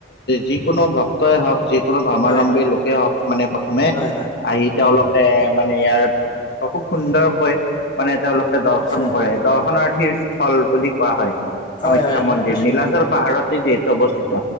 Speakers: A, on the left; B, on the left.
A: যিকোনো ভক্তই হওক যিকোনো ধৰ্মাৱলম্বী
B: হয়
A: লোকেই হওক মানে প্ৰথমে
B: হয় হয় হয়
A: আহি। তেওঁলোকে মানে ইয়াত খুব সুন্দৰকৈ মানে তেওঁলোকে দৰ্শন
B: নিশ্চয়
A: কৰে দৰ্শনাৰ্থীৰ স্থল বুলি কোৱা হয়। কামাখ্যা
B: হয় হয়
A: মন্দিৰ
B: নিশ্চয়
A: নীলাচল পাহাৰত যিহেতু অৱস্থিত